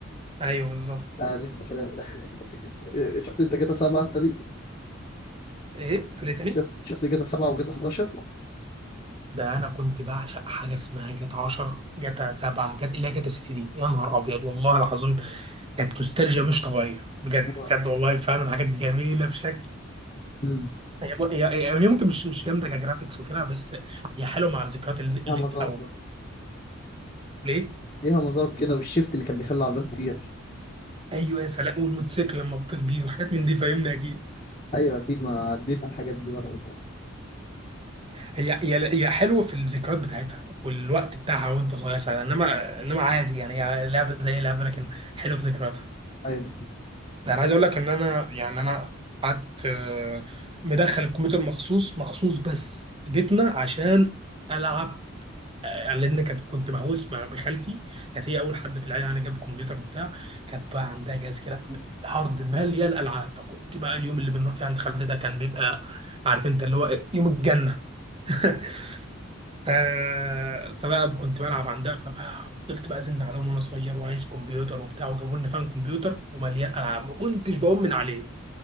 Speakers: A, on the right; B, on the left.
A: ايوه بالظبط
B: عارف الكلام ده <laughs> شفت انت جاتا سبعة انت دي
A: ايه بتقول ايه تاني؟
B: شفت شفت جاتا سبعة وجاتا 11
A: ده انا كنت بعشق حاجه اسمها جاتا 10 جاتا 7 جاتا اللي هي جاتا 6 دي يا نهار ابيض والله العظيم كانت نوستالجيا مش طبيعيه بجد
B: اه
A: بجد والله فعلا الحاجات دي جميله بشكل
B: أمم.
A: هي هي هي- هي ممكن مش مش جامده كجرافيكس وكده بس هي حلوه مع الذكريات اللي اللي-
B: يا مطار
A: او ليه
B: ليها مذاق كده والشيفت اللي كان بيخلي العربيات تطير
A: ايوه يا سلام والموتوسيكل لما تطير بيه وحاجات من دي فاهمني اكيد
B: ايوه اكيد ما عديت على الحاجات دي برضه
A: هي هي هي حلوه في الذكريات بتاعتها والوقت بتاعها وانت صغير ساعتها انما انما عادي يعني هي لعبه زي لعبه لكن حلوه في ذكرياتها
B: ايوه دي
A: ده انا عايز
B: خلاص
A: اقول لك ان انا يعني انا قعدت آه، مدخل الكمبيوتر مخصوص مخصوص بس بيتنا عشان العب آه، لان كنت كنت مهووس مع بخالتي كانت هي اول حد في العيله يعني جاب كمبيوتر وبتاع كانت بقى عندها جهاز كده هارد مليان العاب فكنت بقى اليوم اللي بنروح فيه عند خالتي ده كان بيبقى عارف انت اللي هو إيه، يوم الجنه <laughs> ف... فبقى كنت بلعب عندها فبقى فضلت بقى ازن عليهم وانا صغير وعايز كمبيوتر وبتاع وجابوا لنا فاهم كمبيوتر ومليان العاب ما كنتش بقوم من عليه